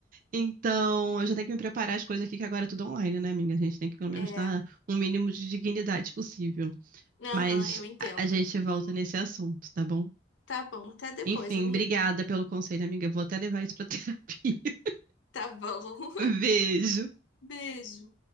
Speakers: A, on the right; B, on the left.
A: Então, eu já tenho que me preparar as coisas aqui, que agora é tudo online, né, amiga? A gente tem que pelo menos
B: É,
A: estar um mínimo de dignidade possível.
B: aham,
A: Mas
B: eu entendo.
A: a a gente
B: <laughs>
A: volta nesse assunto, tá bom?
B: Tá bom, até depois,
A: Enfim,
B: amiga.
A: obrigada pelo conselho, amiga. Eu Vou até levar isso pra <laughs> terapia.
B: Tá bom.
A: Beijo.
B: <laughs> Beijo.